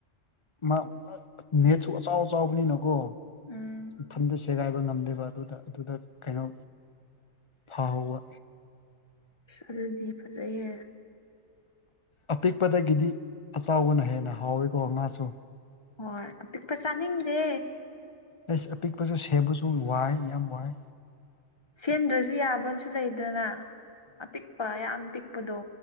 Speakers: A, on the left; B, on the left.
A: ꯃꯥ ꯅꯦꯁꯨ ꯑꯆꯥꯎ ꯑꯆꯥꯎꯕꯅꯤꯅꯀꯣ
B: ꯎꯝ
A: ꯊꯟꯗ ꯁꯦꯒꯥꯏꯕ ꯉꯝꯗꯦꯕ ꯑꯗꯨꯗ ꯑꯗꯨꯗ ꯀꯩꯅꯣ ꯐꯍꯧꯕ
B: ꯑꯁ ꯑꯗꯨꯗꯤ ꯐꯖꯩꯍꯦ
A: ꯑꯄꯤꯛꯄꯗꯒꯤꯗꯤ ꯑꯆꯥꯎꯕꯅ ꯍꯦꯟꯅ ꯍꯥꯎꯋꯤꯀꯣ ꯉꯥꯁꯨ
B: ꯍꯣꯏ ꯑꯄꯤꯛꯄ ꯆꯥꯅꯤꯡꯗꯦ
A: ꯑꯩꯁ ꯑꯄꯤꯛꯄꯁꯨ ꯁꯦꯝꯕꯁꯨ ꯋꯥꯏ ꯌꯥꯝ ꯋꯥꯏ
B: ꯁꯦꯝꯗ꯭ꯔꯁꯨ ꯌꯥꯕꯁꯨ ꯂꯩꯗꯅ ꯑꯄꯤꯛꯄ ꯌꯥꯝ ꯄꯤꯛꯄꯗꯣ